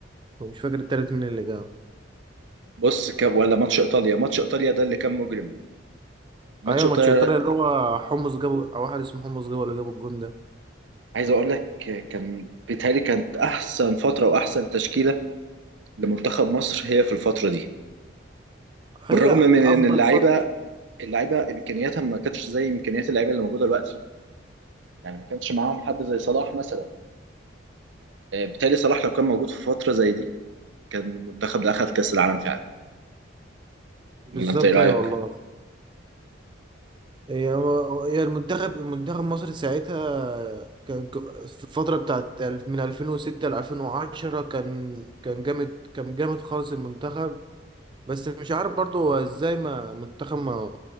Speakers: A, on the right; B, on the right.
A: ومش فاكر التالت مين اللي جاب
B: بص ك... ولا ماتش ايطاليا ماتش ايطاليا ده اللي كان مجرم ماتش
A: ايوه
B: ايطاليا
A: ماتش ايطاليا اللي هو حمص جابه او واحد اسمه حمص جابه اللي جابه الجون ده
B: عايز اقول لك كان بيتهيألي كانت احسن فتره واحسن تشكيله لمنتخب مصر هي في الفتره دي
A: هي
B: بالرغم من
A: افضل
B: ان اللعيبه
A: فتره
B: اللعيبه امكانياتها ما كانتش زي امكانيات اللعيبه اللي موجوده دلوقتي يعني ما كانش معاهم حد زي صلاح مثلا آه، بالتالي صلاح لو كان موجود في فترة زي دي كان المنتخب ده أخذ كأس العالم فعلا
A: بالظبط
B: ولا أنت إيه رأيك؟
A: ايوه والله هي هي المنتخب منتخب مصر ساعتها كان ك- في الفتره بتاعت الف- من 2006 ل 2010 كان كان جامد كان جامد خالص المنتخب بس مش عارف برضو هو ازاي ما منتخب ما